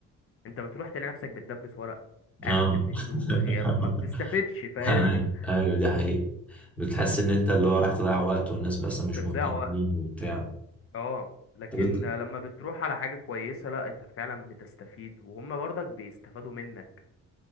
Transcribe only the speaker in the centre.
اه
<laughs>
ايوه أيوة، دي حقيقة بتحس ان انت اللي هو راح تضيع وقت والناس مثلا مش
مهتمين
وبتاع
طب